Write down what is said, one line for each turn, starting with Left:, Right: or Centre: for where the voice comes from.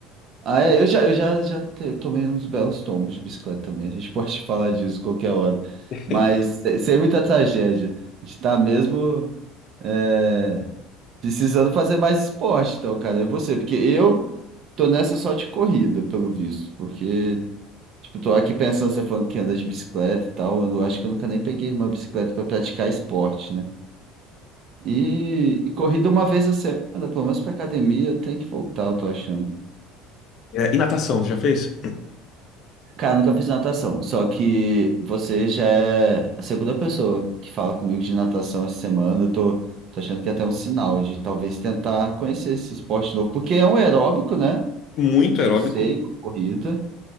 Right: Ah, é, eu já, eu já, já te- tomei uns belos tombos de bicicleta também. A gente <laughs> pode falar disso qualquer hora.
Left: <laughs>
Right: Mas sem sem muita tragédia. A gente tá mesmo. é, Precisando fazer mais esporte, então, cara, é você, porque eu tô nessa só de corrida, pelo visto, porque, tipo, tô aqui pensando, você falando que anda de bicicleta e tal, eu não, acho que eu nunca nem peguei uma bicicleta pra praticar esporte, né? E, e corrida uma vez a semana, pelo menos pra academia, eu tenho que voltar, eu tô achando.
Left: É, e natação, você já fez?
Right: Cara, eu nunca fiz natação, só que você já é a segunda pessoa que fala comigo de natação essa semana, eu tô, tô achando que é até um sinal de talvez tentar conhecer esse esporte novo, porque é um aeróbico, né?
Left: Muito aeróbico.
Right: sei, corrida.